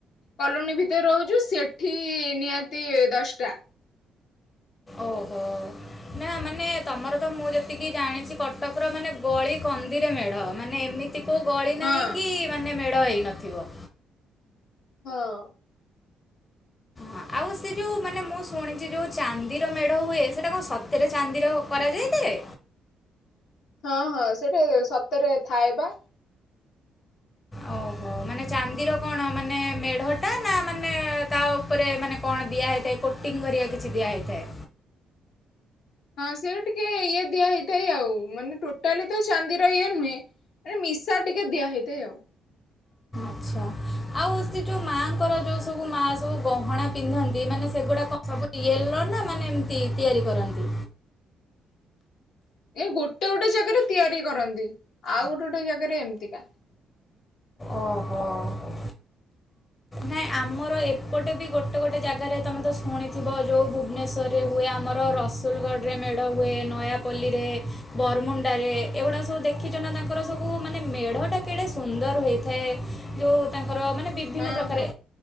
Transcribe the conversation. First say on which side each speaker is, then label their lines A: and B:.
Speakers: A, on the left; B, on the left.
A: କଲୋନୀ ଭିତରେ ରହୁଛୁ ସେଠି ନିହାତି ଦଶଟା।
B: ଓହୋ ନା ମାନେ ତମର ତ ମୁଁ ଯେତିକି ଜାଣିଛି କଟକର ମାନେ ଗଳକନ୍ଦିରେ ମେଢ ମାନେ ଏମିତ୍ ଏମିତି କୋଉ ଗଳି
A: ହଁ।
B: ନାହିଁ କି ମାନେ। ମେଢ ହେଇ ନଥିବ।
A: ହଁ
B: ହଁ, ଆଉ ସେ ଯୋଉ ମାନେ ମୁଁ ଶୁଣିଛି ଯୋଉ ଚାନ୍ଦିର ମେଢ ହୁଏ ସେଟା କଣ ସତରେ ଚାନ୍ଦିର କରାଯାଇଥାଏ?
A: ହଁ ହଁ ସେଇଠି ସତରେ ଥାଏ ବା।
B: ଓହୋଃ, ମାନେ ଚାନ୍ଦିର କଣ ମାନେ ମେଢଟା ନା ମାନେ ତା ଉପରେ ମାନେ କଣ ଦିଆହେଇଥାଏ କୋଟିଙ୍ଗ୍ ହେରିକା କିଛି ଦିଆ ହେଇଥାଏ?
A: ହଁ ସେ ଟିକେ ଇଏ ଦିଆ ହେେଇଥାଏ ଆଉ ମାନେ ଟୋଟାଲି ତ ଚାନ୍ଦିର ଇଏ ନୁହେଁ ମାନେ ମିଶା ଟିକେ ଦିଆ ହେେଇଥାଏ ଆଉ।
B: ଆଛା, ଆଉ ସେ ଯୋଉ ମାଆଙ୍କର ଯୋଉ ସବୁ ମା ସବୁ ଗହଣା ପିନ୍ଧନ୍ତି ମାନେ ସେଗୁଡ଼ାକ ସବୁ ୟେଲୋ ନା ମାନେ ଏମତି ତିଆରି କରନ୍ତି?
A: ଏ ଗୋଟେ ଗୋଟେ ଜାଗାରେ ତିଆରି କରନ୍ତି ଆଉ ଗୋଟେ ଗୋଟେ ଜାଗାରେ ଏମିତିକା।
B: ଓହୋଃ, ନାଇଁ ଆମର ଏପଟେ ବି ଗୋଟେ ଗୋଟେ ଜାଗାରେ ତମେ ତ ଶୁଣିଥିବ ଯୋଉ ଭୁବନେଶ୍ୱରରେ ହୁଏ ଆମର ରସୁଲଗଡ଼ରେ ମେଢ ହୁଏ ନୟାପଲ୍ଲୀରେ ବରମୁଣ୍ଡାରେ ଏଗୁଡା ସବୁ ଦେଖିଛ ନା ତାଙ୍କର ସବୁ ମାନେ ମେଢଟା କେଡ଼େ ସୁନ୍ଦର ହୋଇଥାଏ ସେ ଯୋଉ ତାଙ୍କ୍ ଙ୍କର ମାନେ ବିଭିନ୍ନ
A: ହଁ
B: ପ୍ରକାରେ
A: ହଁ